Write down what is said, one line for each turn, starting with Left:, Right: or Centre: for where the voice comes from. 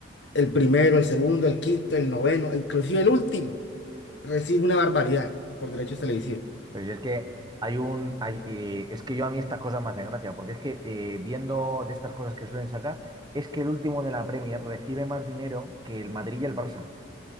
Left: el primero, el segundo, el quinto, el noveno, e inclusive el último recibe una barbaridad por derechos televisivos.
Right: Pero si es que hay un. hay, eh, es que yo a mí estas cosas me hacen gracia, porque es que eh, viendo de estas cosas que suelen sacar, es que el último de la Premier recibe más dinero que el Madrid y el Barça